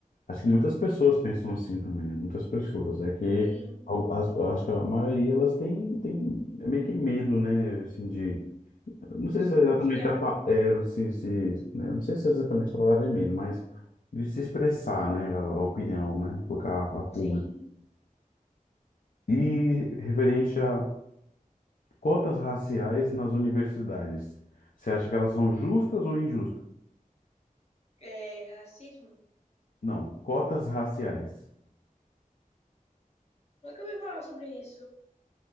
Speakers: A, on the left; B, on the left.
A: Acho que muitas pessoas pensam assim também, né? Muitas pessoas. É que
B: Sim,
A: al- as- acho que a maioria elas têm, têm é meio que medo, né? Assim, de. Não sei
B: se
A: se
B: pronunciar.
A: é exatamente a, pa- é, se, se, né? Não sei se é exatamente a palavra é medo, mas de se expressar, né? A, a opinião, né? Colocar a, a público.
B: Sim,
A: E referente a Cotas raciais nas universidades. Você acha que elas são justas ou injustas?
B: é racismo?
A: Não, cotas raciais.
B: Nunca ouvi falar sobre isso.